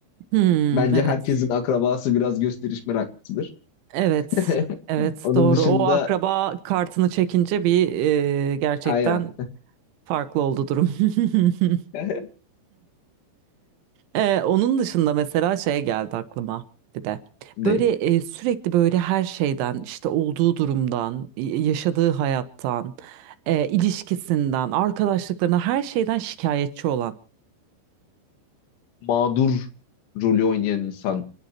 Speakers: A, on the right (about 75°); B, on the left (about 75°).
A: Hmm,
B: Bence
A: evet.
B: herkesin akrabası biraz gösteriş meraklısıdır.
A: Evet.
B: <laughs>
A: Evet,
B: Onun
A: doğru.
B: dışında
A: O akraba kartını çekince bir e, gerçekten
B: aynen.
A: farklı oldu durum. <laughs>
B: <laughs>
A: Ee, onun dışında mesela şey geldi aklıma bir de.
B: Ne?
A: Böyle e, sürekli böyle her şeyden işte olduğu durumdan, y- yaşadığı hayattan, e, ilişkisinden, arkadaşlıklarına her şeyden şikayetçi olan.
B: Mağdur rolü oynayan insan.